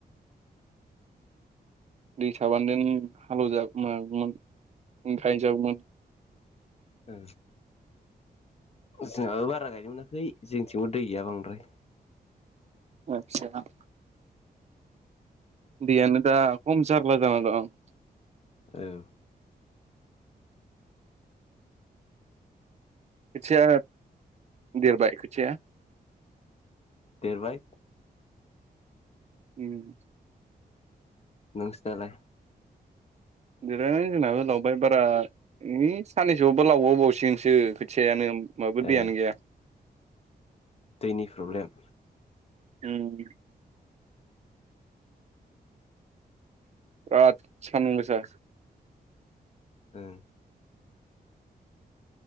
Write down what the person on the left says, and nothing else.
ओ जोंहाबो बारा गायनो मोनाखै जोंनिथिंबो दै गैया बांद्राय।
औ
देरबाय।
नोंसिनालाय?
ओ
दैनि प्रब्लेम।
ओं।